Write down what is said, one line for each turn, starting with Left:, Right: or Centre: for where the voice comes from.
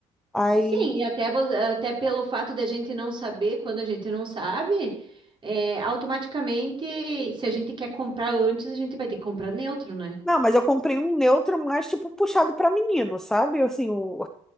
Centre: Aí,
Right: Sim, e até, vo- até pelo fato da gente não saber, quando a gente não sabe, é, automaticamente, se a gente quer comprar antes, a gente vai ter que comprar neutro, né?
Centre: não, mas eu comprei um neutro mais tipo puxado para menino, sabe? Assim, o...